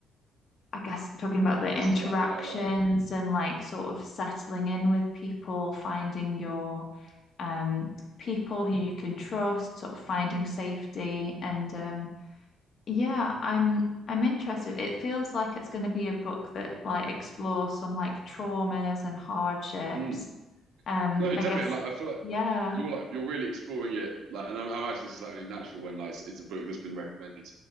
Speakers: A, on the left; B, on the right.
A: I guess talking
B: Analogies
A: about the interactions
B: to like her life.
A: and like sort of settling in with people, finding your um, people who you can trust, sort of finding safety. And um, yeah, I'm I'm interested. It feels like it's going to be a book that like explores some like traumas and hardships.
B: Mm.
A: Um,
B: No, definitely.
A: I guess,
B: Like I feel like
A: yeah,
B: you're like you're really exploring it like and I, I imagine this is like only natural when like it's, it's a book that's been recommended